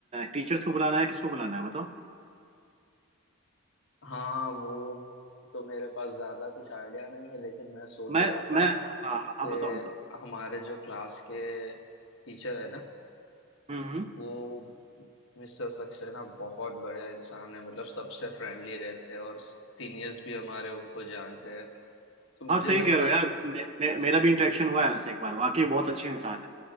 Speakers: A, on the right; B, on the left.
A: टीचर्स को बुलाना है किसको बुलाना है बताओ
B: हाँ वो तो मेरे पास ज्यादा कुछ आइडिया नहीं है लेकिन मैं सोच
A: मैं
B: रहा
A: मैं
B: था
A: हाँ हाँ हाँ,
B: कि
A: बताओ बताओ
B: हमारे जो क्लास के टीचर है ना
A: हम्म हम्म।
B: वो मिस्टर सक्सेना बहुत बढ़िया इंसान है मतलब सबसे फ्रेंडली रहते हैं और सीनियर्स भी हमारे उनको जानते हैं तो मुझे
A: हाँ सही
B: लगता
A: कह रहे हो यार
B: है
A: मे, मे, मेरा भी इंटरेक्शन हुआ है उनसे एक बार वाकई बहुत अच्छे इंसान है